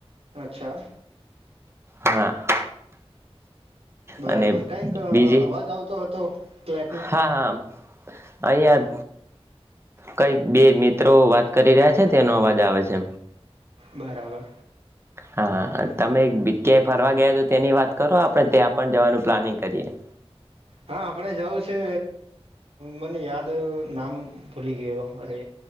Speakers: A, on the right (about 70°); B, on the right (about 25°).
A: અચ્છા
B: હા
A: બરાબર
B: અને
A: કઈક અવાજ
B: બીજી
A: આવતો હતો ક્લેપનો
B: હા હા અહં કંઈક બે મિત્રો વાત કરી રહ્યા છે તેનો અવાજ આવે છે
A: બરાબર
B: હા તમે ક્યાંય ફરવા ગયા તો તેની વાત કરો આપણે ત્યાં પણ જવાનું પ્લાનિંગ કરીએ
A: હા આપડ જવું છે મને યાદ ર નામ ભૂલી ગયો અરે